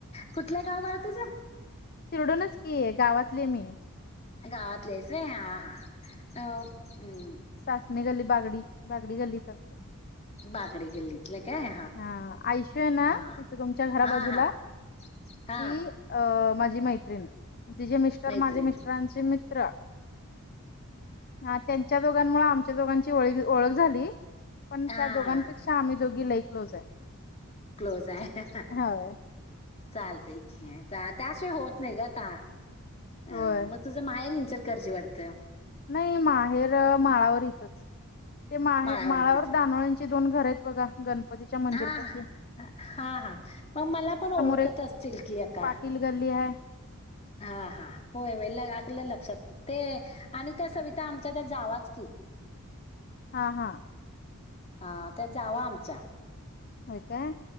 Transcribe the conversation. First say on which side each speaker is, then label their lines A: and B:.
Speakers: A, on the left; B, on the left.
A: कुठलं गावं बाळा तुझं
B: शिरडूनच की आहे गावातली मी
A: गावातली आहेस व्हयं. हा हा हा अ.
B: सासणी गल्ली बागडी बागडी गल्लीत असते मी.
A: बागडे गल्लीतलं काय
B: हा आयुशु आहे ना
A: हा
B: तिथं तुमच्या घरा
A: हा
B: बाजूला
A: हा हा हा
B: ती अ माझी मैत्रीण. तिेचे मिस्टर
A: मैत्रीण
B: माझे मिस्टरांचे मित्र हा त्या त्या दोघांमुळे आमच्या दोघांची ओ ओळख झाली पण
A: हा
B: त्या दोघांपे
A: हा
B: तस्या आम्ही दोघी लई क्लोज आहे.
A: क्लोज आहे
B: होय
A: चालत की त्याशिवाय होत नाही गं का अ
B: व्हयं.
A: मग तुझं माहेर इचलकरंजी वाटतं?
B: नाही माहेर माळावर इथंच. ते माहे
A: माळावरतीच
B: माळावर दानवेची दोन घर आहेत बघा गणपतीच्या मंदिर
A: हा
B: पाशी
A: हा हा मग मला पण ओळखत
B: एक
A: असतील की एका
B: पाटील गल्ली आहे.
A: हा हा होय होय आलकी लक्षात ते आणि त्या सविता आमच्या त्या जावाच की
B: हा हा.
A: हा त्या जावा आमचा
B: होय काय